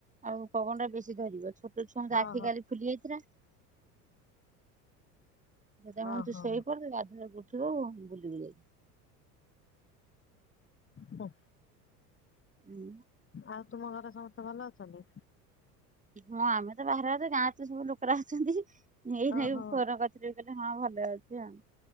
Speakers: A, on the right; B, on the left.
A: ଆଉ ପଗନ ଟା ବେଶୀ ଧରିବ। ଛୋ ଟ ଛୁଆଙ୍କ
B: ଓହୋ
A: ଆଖି କାଲି ଫୁଲି ଯାଇଥିଲା। ତ ସେଇଥିପାଇଁ ମୁଁ କହିନି
B: ଓହୋ
A: ତୁ ଶୋଇପଡ ତୁ ଗାଧେଇ ଳାକୁ ଉଠିବୁ, ବୁଲିବୁ ଯାଇକି।
B: ହୋ।
A: ଉଁ,
B: ଆଉ ତୁମ ଘରେ ସମସ୍ତେ ଭଲ ଅଛନ୍ତି?
A: ହଁ ଆମେ ତ ବାହାରେ ଅଛେ। ଗାଁରେ ତ ସବୁ ଲୋକରା ଅଛନ୍ତି। ଏଇ ନେଇ
B: ଓହୋ
A: ଫୋନ୍ କରିଥିଲି। କହିଲେ ହଁ ଭଲ ଅଛି ଆଉ।